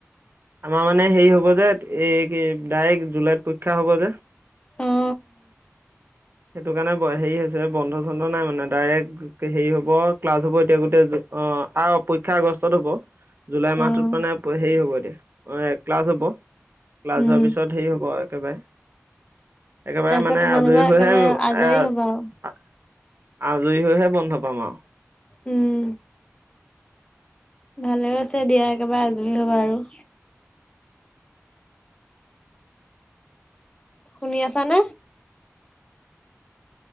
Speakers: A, on the right; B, on the left.
A: আমাৰ মানে হেৰি হ'ব যে এই কি ডাইৰেক্ট জুলাইত পৰীক্ষা হ'ব যে
B: অ অ
A: সেইটো কাৰণে হেৰি হৈছে বন্ধ চন্ধ নাই মানে ডাইৰেক্ট হেৰি হব ক্লাছ হব এতিয়া গোটেই অ আৰু পৰীক্ষা আগষ্টত হব। জুলাই
B: অ',
A: মাহটোত মানে হেৰি হব এতিয়া অ ক্লাছ হব ক্লাছ
B: উম।
A: হোৱাৰ পিছত হেৰি হ'ব একেবাৰে একেবাৰে
B: তাৰপিছত
A: মানে
B: তোমালোকৰ
A: আজৰি হৈহে
B: একেবাৰে আজৰি
A: এ
B: হ'বা আৰু।
A: আজৰি হৈহে বন্ধ পাম আৰু
B: উম ভালে আছে দিয়া একেবাৰে আজৰি হবা আৰু শুনি আছা ন।